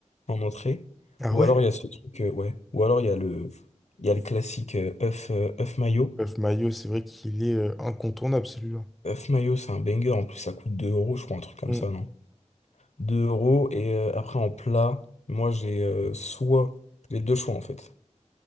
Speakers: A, on the left (about 65°); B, in the centre.
A: en entrée.
B: Ah
A: Ou
B: ouais?
A: alors, il y a ce truc, euh, ouais. Ou alors, il y a le, il y a le classique euh, œuf, euh, œuf mayo.
B: Bref, mayo c'est vrai qu'il est euh, incontournable, celui-là.
A: œuf mayo, c'est un banger. En plus, ça coûte 2 euros, je crois, un truc comme
B: Hmm,
A: ça, non? 2 euros. Et euh, après, en plat, moi, j'ai euh, soit les deux choix, en fait.